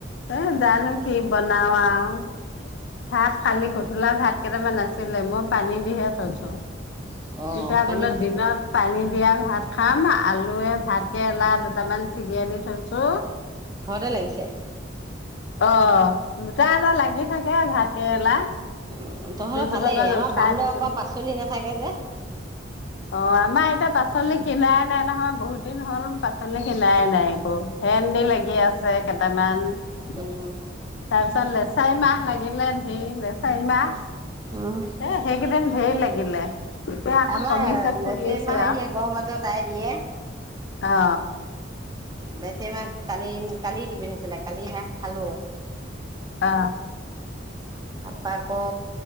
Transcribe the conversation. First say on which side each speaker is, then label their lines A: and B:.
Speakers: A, on the left; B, on the right.
A: এ জানো কি বনাও আও। ভাত কালি গধূলা ভাত কেইটামান আছে বোলে মই পানী দিহে থৈছোঁ,
B: অ
A: কিবা
B: পানী
A: বোলে দিনত পানী দিয়া ভাত খাম, আলুৱে ভাত কেৰেলা দুটামান চিগি আনি থৈছো
B: ঘৰতে লাগিছে?
A: অ', দুটা এটা লাগি থাকে। এ ভাতকেৰেলা।
B: উম তহঁতৰ
A: দুজোপা
B: ভালেই
A: মান
B: আমাৰ
A: উঠাই
B: বান্দৰৰ
A: দিছো,
B: পৰা পাচলি নাথাকে যে।
A: অ', আমাৰ এতিয়া পাচলি কিনাই নাই নহয় বহুত দিন হ'ল পাচলি কিনাই নাই একো ভেন্দি লাগ এ আছে কেইটামান তাৰ
B: উম।
A: পিছত লেচাই মাহ লাগিলে ধেই লেচাই মাহ,
B: উম
A: এ সেইকেইদিন ধেই লাগিলে এতিয়া আকৌ
B: আমাৰ
A: কমিছে ফুলিছে
B: লেচেৰি মাহ আহিয়ে
A: আও
B: গৰ মাজত আই দিয়ে,
A: অ
B: লেচেৰি মাহ কালি কালি দি পঠাইছিলে কালি হে খালো।
A: অ
B: তা পা আকৌ